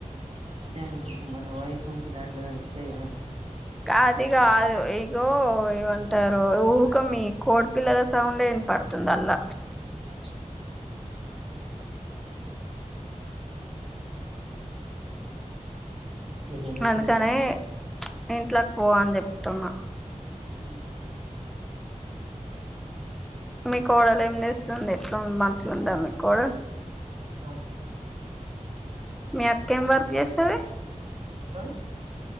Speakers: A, on the right; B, in the centre.
A: అదే అనుకుంట మరి వాయిస్ మంచిగా రాట్లేదు అంతేగా
B: అది కాదు ఇగో ఏమంటారు ఊక మి కోడిపిల్లల సౌండే వినపడుతుంది అల్లా
A: ఓ నేను చెప్పేది
B: అందుకని ఇంట్లోకి పో అని చెప్తున్నా
A: ఉ
B: ఆ మీ కోడలు ఏం చేస్తుంది ఎట్లా మంచిగా ఉందా మీ కోడ
A: ఆ
B: మీ అక్క ఏమి వర్క్ చేస్తది
A: హ